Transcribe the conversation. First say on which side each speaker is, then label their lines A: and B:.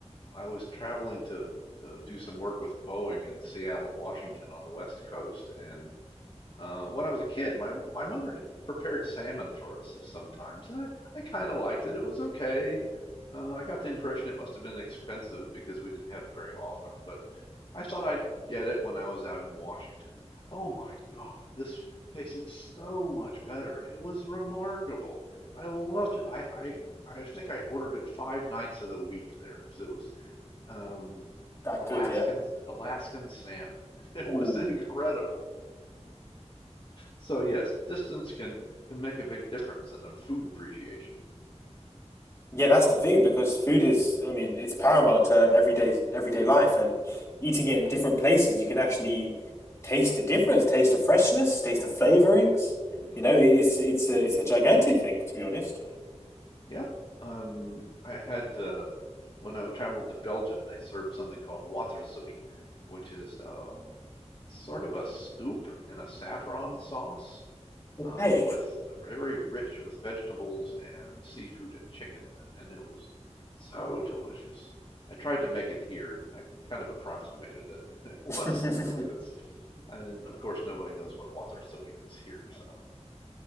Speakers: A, on the left (about 40°); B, on the left (about 25°).
A: I was traveling to to do some work with Boeing in Seattle, Washington, on the West Coast, and uh, when I was a kid, my my mother had prepared salmon for us sometimes, and I I kind of liked it. It was okay. Uh, I got the impression it must have been expensive because we didn't have it very often, but I thought I'd get it when I was out in Washington. Oh my God, this tasted so much better. It was remarkable. I loved it. I, I, I think I ordered it five nights of the week there because it was um,
B: That
A: Alaskan
B: good, yeah.
A: Alaskan salmon. <laughs> It was
B: Ooh.
A: incredible. So yes, distance can can make a big difference in a food appreciation.
B: Yeah, that's the thing because food is, I mean, it's paramount to everyday everyday life and eating it in different places, you can actually taste the difference, taste the freshness, taste the flavorings.
A: hmm
B: You know, it- it's it's a it's a gigantic thing to be honest.
A: Yep. Um, I had uh, when I traveled to Belgium, they served something called waterzooi, which is um, sort of a soup in a saffron sauce
B: Okay.
A: uh, with uh, very rich with vegetables and seafood and chicken in it, and it was so delicious. I tried to make it here. I kind of approximated it, <laughs> but it wasn't
B: <laughs>
A: really this. And of course, nobody knows what waterzooi is here, so